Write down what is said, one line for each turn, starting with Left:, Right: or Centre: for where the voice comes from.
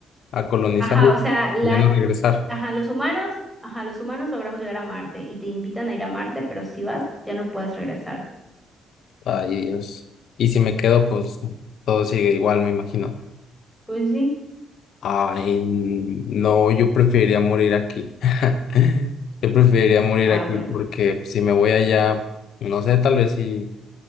Left: a colonizar
Centre: Ajá, o sea, la,
Left: y ya no regresar.
Centre: la- ajá, los humanos, ajá, los humanos logramos llegar a Marte y te invitan a ir a Marte, pero si vas, ya no puedes regresar.
Left: Ay, Dios. Y si me quedo, pues todo sigue igual, me imagino.
Centre: Pues sí.
Left: Ay, no, yo preferiría morir aquí. <laughs> Yo preferiría morir
Centre: Ah,
Left: aquí
Centre: bueno.
Left: porque si me voy allá, no sé, tal vez si,